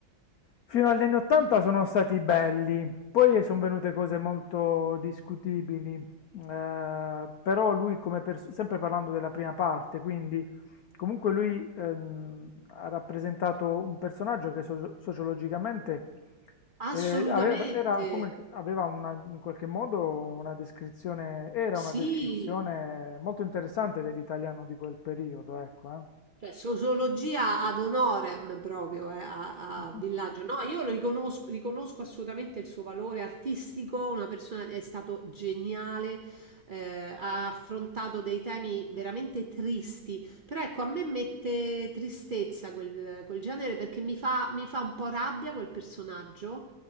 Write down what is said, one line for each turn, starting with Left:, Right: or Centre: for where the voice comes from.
Left: fino agli anni 80 sono stati belli, poi sono venute cose molto discutibili, eh, però lui come pers- sempre parlando della prima parte, quindi Comunque lui ehm, ha rappresentato un personaggio che so- sociologicamente
Right: Assolutamente,
Left: eh, aveva, era come, aveva una- in qualche modo una descrizione, era
Right: sì,
Left: una descrizione molto interessante dell'italiano di quel periodo, ecco, eh.
Right: Cioè, sociologia ad honorem proprio eh, a,
Left: Mhm.
Right: a Villaggio. No, io lo riconosco, riconosco assolutamente il suo valore artistico, una persona è stato geniale, eh, ha affrontato dei temi veramente tristi, però ecco, a me mette tristezza quel, quel genere perché mi fa, mi fa un po' rabbia quel personaggio,